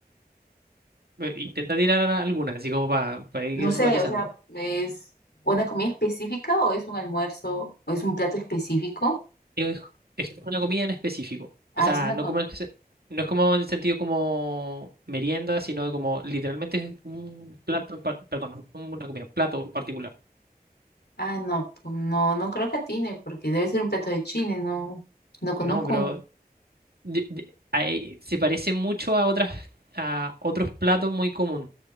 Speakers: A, on the right; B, on the left.
A: Intenta tirar alguna, así como para ir
B: No sé,
A: matizando.
B: o sea, ¿es una comida específica o es un almuerzo o es un plato específico?
A: Es, es una comida en específico.
B: Ah,
A: O sea,
B: es una
A: no
B: co-
A: como en ese- no es como en el sentido como merienda, sino como literalmente es un plato, en par- perdón, una comida, plato en particular.
B: Ah, no, pu- no, no creo que atine porque debe ser un plato de Chile, no, no conozco.
A: No, pero de- de- hay- se parece mucho a otras, a otros platos muy común